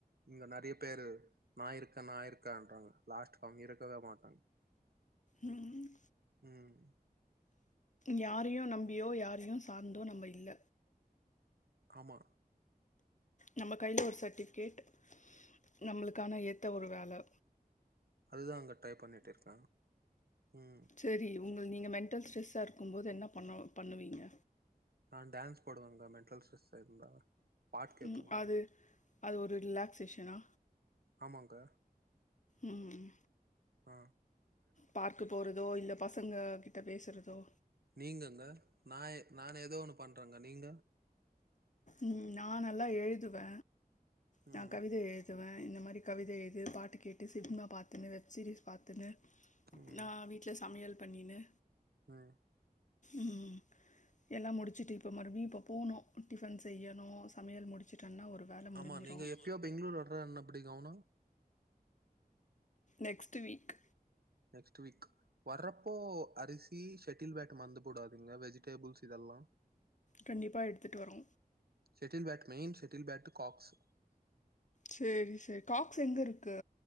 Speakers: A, on the right (about 85°); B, on the left (about 50°).
A: இங்க நெறைய பேரு நா இருக்கே நா இருக்கேன்றாங்க லாஸ்ட் அவங்க இருக்கவே மாட்டாங்க
B: ம் ம்
A: ம்
B: யாரயு நம்பியோ யாரயு சார்ந்தோ நம்ம இல்ல
A: ஆமா
B: நம்ம கைல ஒரு சர்டிஃபிகேட் நம்மளுக்கான ஏத்த ஒரு வேல
A: அதுதாங்க டை பண்ணிட் இருக்கே ம்
B: தெரி ஒங்கள நீங்க மென்டல் ஸ்ட்ரெஸ்சா இருக்கும்போது என்ன பண்ண பண்ணுவீங்க
A: நா டான்ஸ் போடுவங்க மெண்டல் ஸ்ட்ரஸ்சா இருந்தா பாட்டு கேப்பங்க
B: ம் அது அது ஒரு ரிலாக்சேஷனா
A: ஆமாங்க
B: ம் ம்
A: அ
B: பார்க்கு போறதோ இல்ல பசங்க கிட்ட பேசுறதோ
A: நீங்கங்க நாய் நானு எதோ ஒன்னு பண்றங்க நீங்க
B: ம் நா நல்லா எழுதுவே நா
A: ம்
B: கவிதை எழு துவே இந்த மாரி கவிதை எழுது பாட்டு கேட்டு சினிமா பாத்துன்னு வெப் சீரிஸ் பாத்துன்னு
A: ம்
B: நா வீட்ல சமையல் பண்ணினு
A: ஆ
B: ம் எல்லா முடுச்சுட்டு இப்ப மறுபடியு இப்ப போணு டிஃபன் செய்யணு சமையல் முடுச்சுட்டனா ஒரு வேலை முடிஞ்சிடும்
A: ஆமா நீங்க எப்பயோ பெங்களூர் வர்றேன் அப்டி கௌனு
B: நெக்ஸ்ட்டு வீக்
A: நெக்ஸ்ட்டு வீக் வர்றப்போ அரிசி செ தில்பேக்கு மறந்து போடாதுங்க வெஜிடேபிள்ஸ் இதெல்லா
B: கண்டிப்பா எடுத்துட்டு வரோ
A: shuttle bat main shuttle bat cocks
B: சேரி சேரி காக்ஸ் எங்க இருக்கு